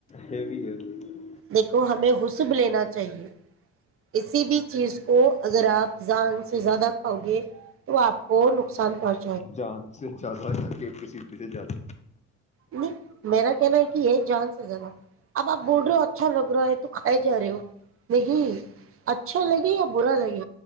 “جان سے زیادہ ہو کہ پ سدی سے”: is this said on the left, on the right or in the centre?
Left